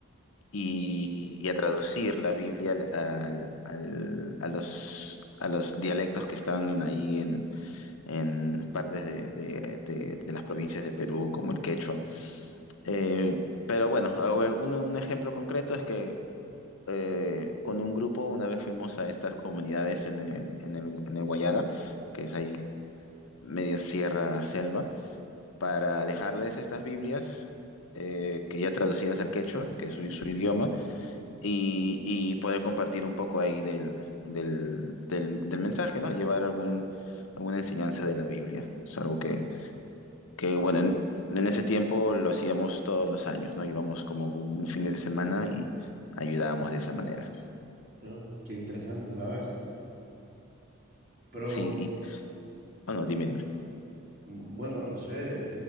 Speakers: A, on the left (about 85°); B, on the right (about 45°).
A: y, y a traducir la Biblia al- al- al- a los, a los dialectos que están en- ahí en partes de, de- de- de las provincias de Perú, como el quechua. Eh, pero bueno, a ver, un, un ejemplo concreto es que eh, con un grupo una vez fuimos a estas comunidades en el, en el, en el Huallaga, que es ahí media sierra selva, para dejarles estas Biblias. eh, que ya traducidas al quechua, que es su, su idioma, y, y poder compartir un poco ahí del, del, del, del mensaje, ¿no? Llevar algún, alguna enseñanza de la Biblia. Es algo que, que bueno, en, en ese tiempo lo hacíamos todos los años, ¿no? Íbamos como un fin de semana y ayudábamos de esa manera.
B: ¿no? Qué interesante, ¿sabes? Pero
A: Sí, y, bueno, dime, dime.
B: bu- bueno, no sé,